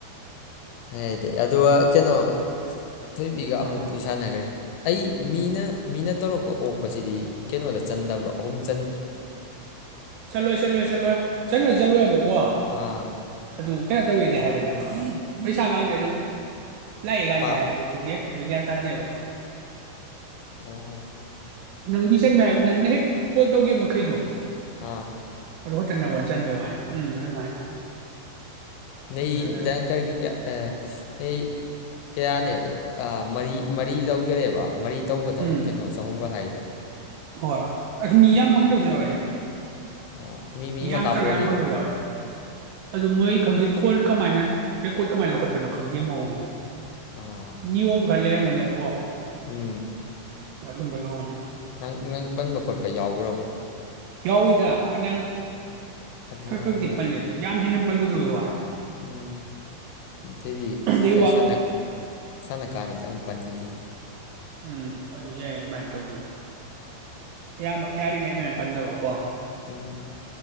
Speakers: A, on the left; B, on the right.
A: ꯍꯥꯏꯗꯤ ꯑꯗꯨꯒ ꯀꯩꯅꯣ ꯊꯣꯏꯕꯤꯒ
B: ꯑꯥ
A: ꯑꯃꯨꯛꯇꯤ ꯁꯥꯟꯅꯈ꯭ꯔꯦ ꯑꯩ ꯃꯤꯅ ꯃꯤꯅ ꯇꯧꯔꯛꯄ ꯑꯣꯛꯄꯁꯤꯗꯤ ꯀꯩꯅꯣꯗ ꯆꯟꯗꯕ꯭ꯔꯣ ꯑꯍꯨꯝ ꯆꯟ
B: ꯆꯠꯂꯣꯏ ꯆꯠꯂꯣꯏ ꯆꯠꯂꯣꯏ ꯆꯠꯂꯣꯏ ꯆꯠꯂꯣꯏꯕꯀꯣ
A: ꯑꯥ
B: ꯑꯗꯨ ꯀꯩꯅꯣ ꯇꯧꯋꯤꯗꯤ ꯍꯥꯏꯕꯅꯦꯕ ꯄꯩꯁꯥꯒꯗꯤ ꯑꯗꯨꯝ ꯅ ꯀꯥꯟꯗꯤ
A: ꯄꯥꯞ
B: ꯍꯥꯏ ꯑꯗꯨ ꯈꯪꯗꯦ ꯑꯗꯨ ꯒ꯭ꯌꯥꯟ ꯇꯥꯗꯦꯕ
A: ꯑꯣ
B: ꯅꯪꯗꯤ ꯆꯟꯕ ꯍꯥꯏꯕ ꯅꯪꯅ ꯍꯦꯛ ꯀꯣꯜ ꯇꯧꯒꯤ ꯃꯈꯩꯗꯣ
A: ꯑꯥ
B: ꯑꯗꯨ ꯈꯛꯇ ꯅꯉꫭꯟꯗ ꯆꯟꯕꯩ ꯋꯥꯅꯤ ꯎꯝ ꯑꯗꯨꯃꯥꯏꯅ
A: ꯅꯩ
B: ꯑꯗꯨꯅꯅꯦ
A: ꯗꯦꯡꯀꯔꯒꯤ ꯀꯌꯥ ꯑꯩ ꯀꯌꯥꯅꯦꯕ ꯃꯔꯤ ꯃꯔꯤ ꯂꯧꯈꯔꯦꯕ ꯃꯔꯤ ꯇꯧꯕꯗꯔꯣ
B: ꯎꯝ
A: ꯀꯩꯅꯣ ꯆꯍꯨꯝꯒ ꯍꯥꯏꯔꯤꯗꯣ
B: ꯍꯣꯏ ꯑꯁ ꯃꯤ ꯌꯥꯝ ꯐꯪꯗꯕꯁꯨ ꯌꯥꯎꯋꯦꯖꯥ
A: ꯑꯣ ꯃꯤ ꯃꯤ
B: ꯌꯥꯝ
A: ꯃꯈꯥ
B: ꯇꯔꯨꯛ
A: ꯄꯣꯜꯂꯤꯔꯕ
B: ꯌꯥꯝ ꯐꯪꯗꯕꯁꯨ ꯌꯥꯎꯋꯦ ꯑꯗꯨ ꯃꯣꯏ ꯈꯪꯗꯦ ꯀꯣꯜ ꯀꯃꯥꯏꯅ ꯔꯦꯀꯣꯔꯠ ꯀꯃꯥꯏꯅ ꯂꯧꯈꯠꯄꯅꯣ ꯈꯪꯗꯦ ꯃꯑꯣꯡꯗꯣ
A: ꯑꯥ
B: ꯅꯤꯌꯣꯝ ꯈꯔ ꯂꯩꯔꯝꯒꯅꯦꯕꯀꯣ
A: ꯎꯝ
B: ꯑꯗꯨꯕꯩ ꯑꯣꯏꯔꯝꯒꯅꯤ
A: ꯅꯪ ꯅꯪ ꯄꯟꯕ ꯈꯣꯠꯄ ꯌꯥꯎꯔꯕꯣ
B: ꯌꯥꯎꯏꯗ ꯐꯩꯅꯥꯝ
A: ꯑꯗꯨꯅ
B: ꯈꯛ
A: ꯑꯣꯏꯔꯝꯒꯅꯤ
B: ꯈꯛꯗꯤ ꯄꯜꯂꯤ ꯑꯗꯣ ꯌꯥꯝ ꯍꯦꯅ ꯄꯟꯂꯨꯗꯕꯩ ꯋꯥꯅꯤ
A: ꯎꯝ ꯊꫭꯏꯕꯤ
B: ꯑꯗꯩ
A: ꯈꯔ
B: ꯋꯥ
A: ꯁꯟꯅ ꯁꯥꯟꯅꯀꯥꯟꯗꯗꯤ ꯑꯃꯨꯛ ꯄꯟꯈꯤꯗꯦ
B: ꯎꯝ ꯑꯗꯨ ꯌꯥꯏ ꯑꯗꯨꯃꯥꯏꯅ ꯇꯧꯗꯣꯏꯅꯤ ꯑꯌꯥꯝꯕ ꯌꯥꯔꯤꯉꯩ ꯑꯗꯨꯃꯥꯏꯅ ꯄꯟꯗꯕꯀꯣ
A: ꯎꯝ